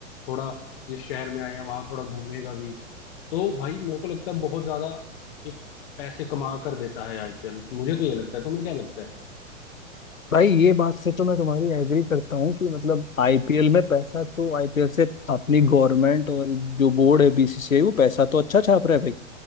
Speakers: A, on the left; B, on the left.
A: थोड़ा जिस शहर में आए हैं वहां थोड़ा घूमेगा भी तो भाई मेरे को लगता है बहुत ज्यादा एक पैसे कमा कर देता है आईपीएल मुझे तो ये लगता है तुम्हें क्या लगता है
B: भाई ये बात से तो मैं तुम्हारी एग्री करता हूँ कि मतलब आईपीएल में पैसा तो आईपीएल से अपनी गवर्नमेंट और जो बोर्ड है बीसीसीआई वो पैसा तो अच्छा छाप रहा है भाई